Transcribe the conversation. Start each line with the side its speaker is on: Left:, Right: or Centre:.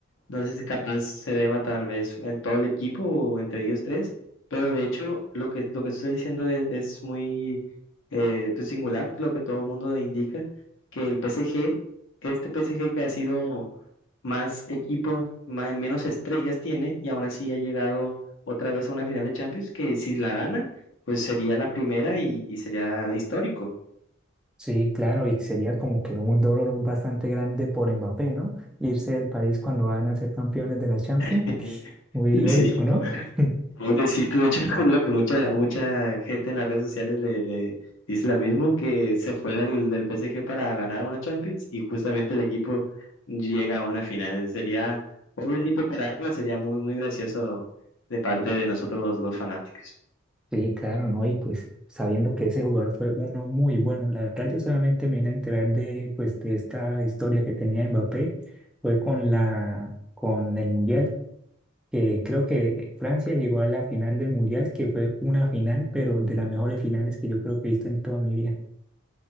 Left: No sé si capaz se deba tal vez en todo el equipo o entre ellos tres, pero de hecho lo que, lo que tú estás diciendo es, es muy eh, pues, singular, lo que todo el mundo indica, que el PSG, este PSG que ha sido más equipos, ma- menos estrellas tiene y aún así ha llegado otra vez a una final de Champions, que si la gana, pues sería la primera y, y sería histórico.
Centre: Sí, claro, y sería como que un dolor bastante grande por Mbappé, ¿no? Irse del país cuando van a ser campeones de la Champions.
Left: <laughs>
Centre: Muy
Left: Sí.
Centre: irónico, ¿no? <laughs>
Left: Pobrecito, de hecho, <laughs> es lo que mucha, mucha gente en las redes sociales le, le dice lo mismo, que se fue del, del PSG para ganar una Champions y justamente el equipo llega a una final. Sería, pobrecito para algo, sería muy, muy gracioso de parte de nosotros los, los fanáticos.
Centre: Sí, claro, ¿no? Y pues sabiendo que ese jugador fue uno muy bueno, la verdad yo solamente me vine a enterar de, pues, de esta historia que tenía Mbappé, fue con la, con el Mundial, que creo que Francia llegó a la final del Mundial, que fue una final, pero de las mejores finales que yo creo que he visto en toda mi vida.